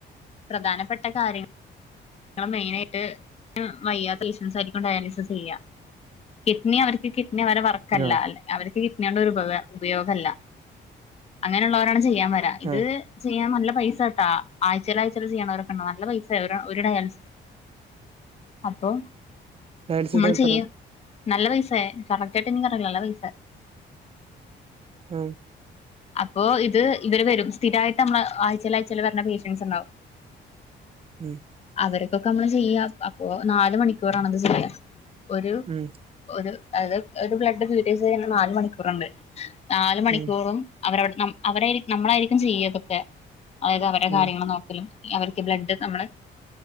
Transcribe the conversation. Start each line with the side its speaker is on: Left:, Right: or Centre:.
Left: പ്രധാനപ്പെട്ട കാര്യങ്ങ. ങ്ങൾ മൈനായ്ട്ട് വയ്യാത്ത പേഷ്യൻസ് ആയിരിക്കും ഡയാലിസിസ് ചെയ്യ. കിഡ്നി അവർക്ക് കിഡ്നി അവരെ വർക്കല്ല.
Right: ആഹ്
Left: അല്ലെ അവർക്ക് കിഡ്‌നിയോണ്ട് ഒരുപയോ ഉപയോഗല്ല അങ്ങനെയുള്ളോരാണ് ചെയ്യാൻ വരാ. ഇത്
Right: ആഹ്
Left: ചെയ്യാൻ നല്ല പൈസ ട്ടാ ആഴ്ചൽ ആഴ്ചൽ ഇത് ചെയ്യണവരൊക്കെണ്ട്. നല്ല പൈസെ അവര ഒര് ഡയാലിസിസ് അപ്പൊ
Right: ഡയാലിസിസിന്
Left: മ്മൾ
Right: എത്ര
Left: ചെയ്യും. നല്ല പൈസെ കറക്റ്റായിട്ട് എനിക്കറിയില്ല. നല്ല പൈസെ.
Right: ആഹ
Left: അപ്പൊ ഇത് ഇവര് വരും സ്ഥിരമായിട്ട് നമ്മള് ആയ്ചൽ അയച്ചല് വരണ പേഷ്യൻസ് ഉണ്ടാവും
Right: ഉം
Left: അവർക്കൊക്കെ നമ്മള് ചെയ്യ അപ്പൊ നാല മണിക്കൂറണത് ചെയ്യ ഒരു
Right: ഉം
Left: ഒരു അത് ഒരു ബ്ലഡ് ബീട്ടസ് ക നാല മണിക്കൂറുണ്ട് നാല മണിക്കൂറും
Right: ഉം
Left: അവര അവ നമ്മളായിരിക്കും ചെയ്യതൊക്കെ അതായത് അവരുടെ കാര്യങ്ങൾ
Right: ഉം
Left: നോക്കലും അവർക്ക് ബ്ലഡ് നമ്മ